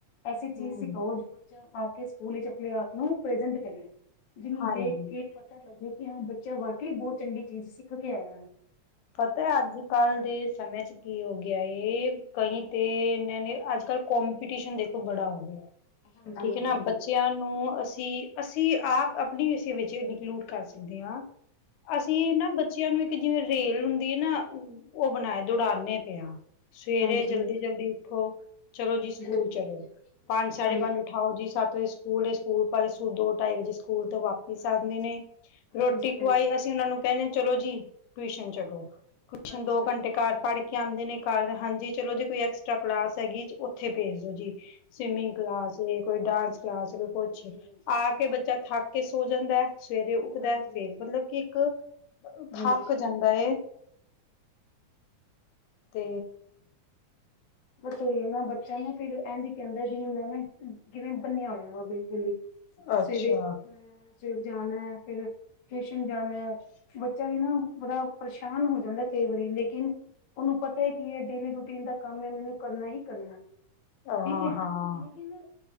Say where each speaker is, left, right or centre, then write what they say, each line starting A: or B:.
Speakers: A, on the left; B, on the left.
A: ਐਸੀ ਚੀਜ਼
B: ਹਮ
A: ਸਿਖਾਓ ਜੋ ਬੱਚਾ ਆ ਕੇ ਸਕੂਲ ਵਿਚ ਆਪਣੇ ਆਪ ਨੂੰ ਪ੍ਰਜੈਂਟ ਕਰੇ ਜਿਹਨੂੰ
B: ਹਾਂਜੀ
A: ਦੇਖ ਕੇ ਪਤਾ ਲੱਗੇ ਕਿ ਹਾਂ ਬੱਚਾ ਵਾਕਈ ਬਹੁਤ ਚੰਗੀ ਚੀਜ਼ ਸਿੱਖ ਕੇ ਆਇਆ ਆ।
B: ਪਤਾ, ਅੱਜ-ਕੱਲ ਦੇ ਸਮੇਂ 'ਚ ਕੀ ਹੋ ਗਿਆ ਏ ਕਈ ਤੇ ਇੰਨੇ ਨੇ, ਅੱਜ-ਕੱਲ੍ਹ ਕਪੀਟੀਸ਼ਨ ਦੇਖੋ ਬੜਾ ਹੋ ਗਿਆ।
A: ਹਾਂਜੀ
B: ਠੀਕ
A: ਹਾਂਜੀ ਹਾਂਜੀ ਹਾਂਜੀ
B: ਏ ਨਾ, ਬੱਚਿਆਂ ਨੂੰ ਅਸੀਂ ਅਸੀਂ ਆਪ ਅਪਣੀ ਵਿਸ਼ੇ ਵਿੱਚ ਇਨਕਲੂਡ ਕਰ ਸਕਦੇ ਆਂ, ਅਸੀਂ ਨਾ ਬੱਚ ਬੱਚਿਆਂ ਨੂੰ ਇੱਕ ਜਿਵੇਂ ਰੇਲ ਹੁੰਦੀ ਏ ਨਾ, ਉਹ ਬਣਾਏ। ਦੋੜਾਂਦੇ ਪਏ ਆਂ। ਸਵੇਰੇ
A: ਹਾਂਜੀ
B: ਜਲਦੀ-ਜਲਦੀ
A: ਹਾਂਜੀ ਹਾਂਜੀ
B: ਉੱਠੋ। ਚਲੋ ਜੀ, ਸਕੂਲ
A: ਬਿਲਕੁਲ
B: ਚਲੋ।
A: ਜੀ
B: ਪੰਜ ਸਾਢੇ
A: ਹਾਂਜੀ
B: ਪੰਜ ਉਠਾਓ ਜੀ, ਸੱਤ ਵਜੇ ਸਕੂ ਸਕੂਲ ਏ ਸਕੂਲ <unintelligible> ਦੋ ਢਾਈ ਵਜੇ ਸਕੂਲ ਤੋਂ ਵਾਪਿਸ ਆਂਦੇ
A: ਹਾਂਜੀ
B: ਨੇ, ਰੋਟੀ
A: ਹਾਂਜੀ
B: ਖ਼ਵਾਈ
A: ਹਾਂਜੀ ਹਾਂਜੀ ਹਾਂਜੀ ਹਾਂਜੀ ਹਾਂਜੀ
B: ਅਸੀਂ ਓਨਾਂ ਨੂੰ ਕਹਿੰਦੇ ਚਲੋ ਜੀ ਟਿਊਸ਼ਨ ਚਲੋ, ਟਿਊਸ਼ਨ
A: ਹਾਂਜੀ
B: ਦੋ ਘੰਟੇ ਘਰ ਪੜ੍ਹ ਕੇ ਕਹਿੰਦੇ ਨੇ ਘਰ, ਹਾਂਜੀ ਚਲੋ ਜੇ ਕੋਈ ਐਕਸਟ੍ਰਾ ਕਲਾਸ ਹੈਗੀ, ਉੱਥੇ ਭੇਜ ਦੋ ਜੀ। ਸਵੀਮਿੰਗ ਕਲਾਸ ਵੇ, ਕੋਈ ਡਾਂਸ ਕਲਾਸ ਵੇ, ਕੁਛ,
A: ਹਾਂਜੀ
B: ਆ
A: ਹਾਂਜੀ ਹਾਂਜੀ
B: ਕੇ ਬੱਚਾ ਥੱਕ ਕੇ ਸੋ ਜਾਂਦੈ। ਸਵੇਰੇ ਉੱਠਦੈ,
A: ਹਾਂਜੀ
B: ਫੇਰ ਮਤਲਬ ਕਿ ਇੱਕ ਉਥਾ
A: ਹਾਂਜੀ
B: <unintelligible> ਬਾ ਏ, ਤੇ
A: ਬਸ ਏਹੀ ਏ ਨਾ, ਬੱਚਿਆ ਨੂੰ ਨਾ ਫਿਰ ਇਂਜ ਈ ਕਹਿੰਦੈ, ਜਿਹਨੂੰ ਐਵੇਂ ਜਿਵੇਂ ਬੰਨਿਆ ਹੋਇਆ ਵਾ ਬਿਲਕੁਲ ਹੀ।
B: ਅੱਛਾ
A: ਸਵੇਰੇ ਉੱਠਨਾ, ਸਵੇ ਜਾਨਾ ਐ, ਫਿਰ ਟਉਸ਼ਨ ਜਾਣਾ ਐ। ਬੱਚਾ ਵੀ ਨਾ ਬੜਾ ਪਰੇਸ਼ਾਨ ਹੋ ਜਾਂਦਾ ਕਈ ਵਾਰੀ ਲੇਕਿਨ ਉਨੂੰ ਪ ਤੇ ਕੀ ਏ ਡੇਲੀ ਰੂਟੀਨ ਦਾ ਕੰਮ ਐ ਮੈਨੂੰ ਕਰਨਾ ਈ ਕਰਨਾ
B: ਹਾਂ,
A: ਠੀਕ ਐ
B: ਹਾਂ,
A: ਲੇਕਿਨ